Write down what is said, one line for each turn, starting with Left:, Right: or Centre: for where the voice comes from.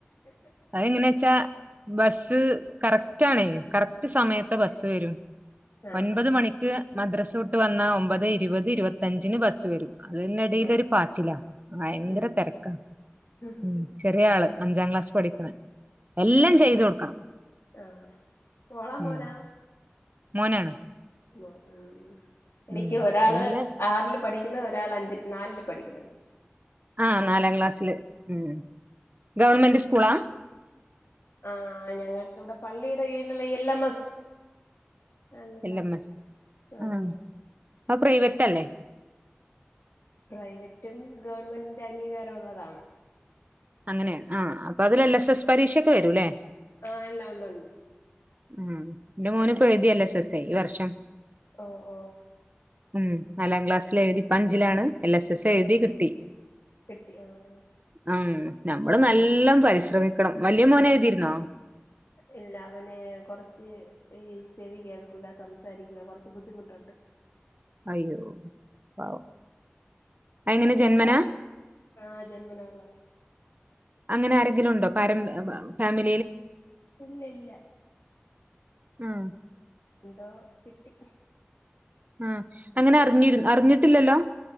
Right: അതെങ്ങനാച്ചാ ബസ് ത് കറക്റ്റ് ആണെ. കറക്റ്റ് സമയത്ത് ബസ് തരും.
Left: ആ
Right: ഒൻപത്
Left: ആ
Right: മണിക്ക് മദ്രസ് വിട്ട് വന്നാ ഒമ്പത് ഇരുപത് ഇരുപത്തഞ്ചിന് ബസ്സ് വരും. അതിന്നെടേലൊരു
Left: ആ
Right: പാച്ചിലാ, ഭയങ്കര
Left: ഉം
Right: തെരക്കാ.
Left: ഉം ഓ
Right: ഉം ചെറിയ ആള് അഞ്ചാം ക്ലാസ് പഠിക്കണ്. എല്ലാം ചെയ്ത് കൊടുക്കണം,
Left: ആഹ് മോളാ
Right: ഉം
Left: മോനാ
Right: മോനാണ്.
Left: മോനാണ്. എനിക്ക്
Right: ഉം
Left: ഒരാള്
Right: എല്ലാ
Left: ആറില് പഠിക് പിന്നെ ഒരാളഞ്ച നാലില് പഠിക്കുന്നുണ്ട്.
Right: ആ നാലാം ക്ലാസ്സില് ഉം ഗവൺമെന്റ് സ്കൂളാ?
Left: ആ ഞങ്ങക്കിവിടെ പള്ളിട് ടെ കീഴിലൊള്ള എൽ എം എസ്. ആണല്ലോ
Right: എൽ എം എസ്
Left: ആഹ്
Right: ആ അത് പ്രൈവറ്റ് അല്ലേ?
Left: പ്രൈവറ്റും ഗവൺമെന്റിന്റെ അംഗീകാരം ഒള്ളതാണ്.
Right: അങ്ങനെയാണ് ആ അപ്പൊ അതിൽ എൽ എസ് എസ് പരീക്ഷക്കെ വരൂല്ലേ?
Left: ആഹ് എല്ലാം ഉണ്ട് ഉണ്ട്
Right: ആ ന്റെ മോനിപ്പെഴുതിയല്ലേ എസ് എസ്സേ ഈ വർഷം.
Left: ഓ ഓ
Right: ഉം നാലാം ക്ലാസ്സിലെനി ഇപ്പ അഞ്ചിലാണ്. എല്ല സ്സ് എഴുതി
Left: ആഹ്
Right: കിട്ടി
Left: ആഹ് കിട്ടി ആഹ് ആഹ്
Right: അം നമ്മള് നല്ലോം പരിശ്രമിക്കണം. വലിയ മോനെഴുതിയിരുന്നോ?
Left: ഇല്ല. അവന് കൊറച്ച് ഈ ചെവി കേൾക്കൂല, സംസാരിക്കൂല, കുറച്ച് ബുദ്ധിമുട്ടുണ്ട്.
Right: അയ്യോ. പാവം അതെങ്ങനെ ജന്മനാ
Left: എള ആഹ് ജന്മനാ ഉള്ളതാ.
Right: അങ്ങനെ ആരെങ്കിലും ഉണ്ടോ? പാരമ്പ ഫാമി
Left: ഇല്ല ഇല്ല.
Right: ആഹ്
Left: എന്തോ കിട്ടി...
Right: ആഹ് അങ്ങനെ അറിഞ്ഞിരു. അറിഞ്ഞിട്ടില്ലല്ലോ?